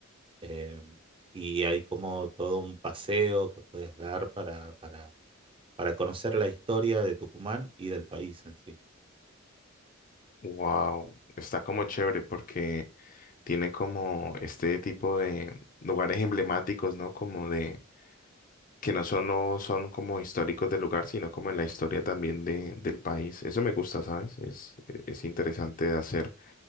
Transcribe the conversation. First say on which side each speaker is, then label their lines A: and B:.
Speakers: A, on the right (about 25°); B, on the left (about 40°).
A: eh, y hay como todo un paseo que puedes dar para, para, para conocer la historia de Tucumán y del país en sí.
B: Wow, está como chévere porque tiene como este tipo de lugares emblemáticos, ¿no? Como de que no solo son como históricos del lugar, sino como en la historia también de, del país. Eso me gusta, ¿sabes? Es, es interesante de hacer.